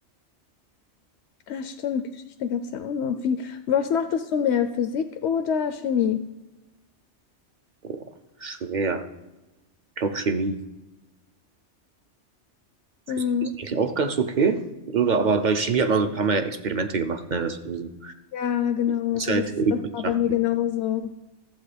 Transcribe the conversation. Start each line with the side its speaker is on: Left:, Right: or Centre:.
Left: Ah, stimmt, Geschichte gab es ja auch noch. Wie, was mochtest du mehr, Physik oder Chemie?
Right: Boah, schwer. Ich glaube Chemie.
Left: Hm.
Right: Physik ist eigentlich auch ganz okay. Oder, aber bei Chemie hat man so ein paar Mal Experimente gemacht, ne? Das von diesem
Left: Ja, genau,
Right: Schulzeit
Left: das,
Right: rückbetrachtet.
Left: das war bei mir genauso.